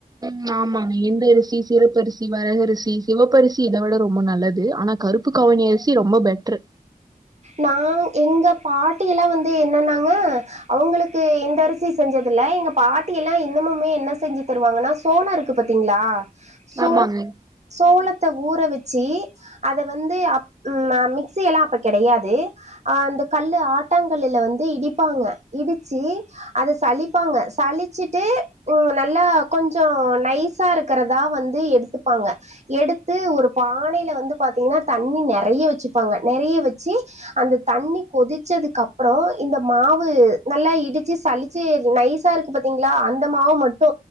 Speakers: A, on the right; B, on the right.
A: ம் ஆமாங்க எந்தரிசி சிவப்பரிசி வரகரிசி சிவப்பரிசி இத விட ரொம்ப நல்லது ஆனா கருப்பு கவுணி அரிசி ரொம்ப பெட்ரு
B: நா எங்க பாட்டியெல்லா வந்து என்னென்னாங்க அவங்களுக்கு இந்த அரிசி செஞ்சதுல்ல எங்க பாட்டி எல்லா இன்னமுமே என்ன செஞ்சு தருவாங்கன்னா சோளோ இருக்கு பாத்தீங்ளா சோ
A: ஆமாங்க இப்போ
B: சோளத்த ஊற வச்சு அத வந்து அப் ம் மிக் மிக்ஸி எல்லா அப்ப கெடையாது அ அந்த கல்லு ஆட்டாங்கல்லுல வந்து இடிப்பாங்க இடிச்சி அத சளிப்பாங்க சளிச்சுட்டு உ நல்லா கொஞ்சோ நைஸ் நைஸா இருக்கிறதா வந்து எடுத்துப்பாங்க எடுத்து ஒரு பானைல வந்து பாத்தீங்ன்னா தண்ணி நெறைய வச்சுப்பாங்க நெறைய வச்சு அந்த தண்ணி கொதிச்சதுக்கு அப்றோ இந்த மாவு நல்லா இடிச்சு சளிச் ச்சு நைசா இருக்கு பாத்தீங்ளா அந்த மாவு மட்டு